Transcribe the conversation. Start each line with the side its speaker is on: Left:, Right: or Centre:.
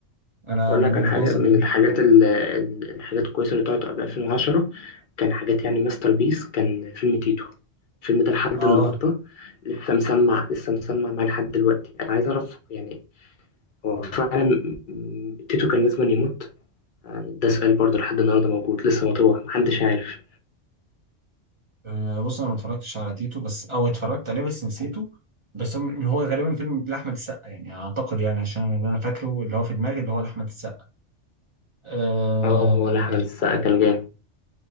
Right: انا
Left: أقول
Right: من
Left: لك
Right: وجهه
Left: على حاجة
Right: نظري
Left: من
Right: يعني
Left: الحاجات ال- ال- الحاجات الكويسة اللي طلعت قبل 2010 كان حاجات يعني ماستر بيس كان فيلم تيتو الفيلم ده لحد
Right: اه
Left: النهاردة لسه مسمع لسه مسمع معايا لحد دلوقتي أنا عايز أعرف يعني هو فعلا م- تيتو كان لازم أن يموت يعني ده سؤال برضه لحد النهاردة موجود لسه مطروح محدش عارف
Right: أه بص انا ما اتفرجتش على تيتو بس او اتفرجت عليه بس نسيته بس هو هو غالبا فيلم لاحمد السقا يعني اعتقد يعني عشان اللي انا فاكره اللي هو في دماغي اللي هو لاحمد السقا أه
Left: اه هو لا أحمد السقا كان جامد